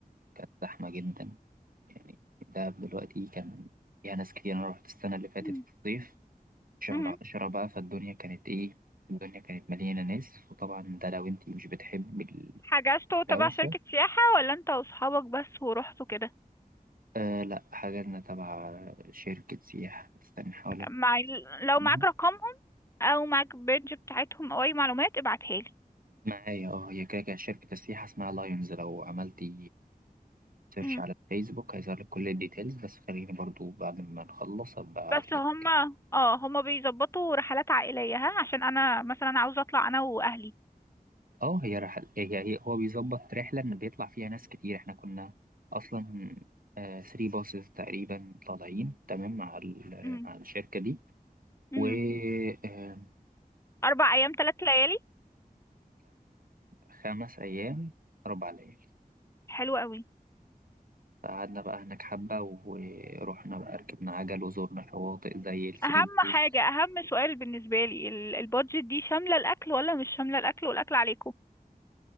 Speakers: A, on the right; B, on the left.
A: كان زحمة جدا يعني دهب دلوقتي كان فيها ناس كتير أنا رحت السنة اللي فاتت
B: مم.
A: في الصيف شهر
B: مهم.
A: عشرة بقى فالدنيا كانت إيه الدنيا كانت مليانة ناس وطبعا ده لو أنتي مش بتحب
B: حجزتوا
A: الدوشة
B: تبع شركة سياحة ولا انت واصحابك بس ورحتوا كده
A: آه لأ حجزنا تبع شركة سياحة استنى أحاول
B: مع ال-
A: أفتكرها.
B: لو معاك رقمهم او معاك بيدج بتاعتهم او اي معلومات ابعتها لي
A: معايا اه هي كده كده شركة السياحة اسمها لايونز لو عملتي سيرش
B: مم.
A: على الفيسبوك هيظهر لك كل الديتيلز بس خليني برضو بعد ما نخلص أبقى أبعتلك
B: بس هما اه هما بيظبطوا رحلات عائلية ها عشان انا مثلا عاوزة اطلع انا واهلي
A: اه هي رحل هي هي هو بيظبط رحلة إن بيطلع فيها ناس كتير احنا كنا أصلا ثري باصز تقريبا طالعين تمام مع ال-
B: مم.
A: مع الشركة دي
B: مم.
A: وكان
B: اربع ايام ثلاث ليالي
A: خمس أيام أربع ليالي
B: حلو قوي
A: فقعدنا بقى هناك حبة ورحنا بقى ركبنا عجل وزورنا شواطئ زي الثري
B: اهم
A: بوز
B: حاجة اهم سؤال بالنسبة لي ال- البادجت دي شاملة الاكل ولا مش شاملة الاكل والاكل عليكم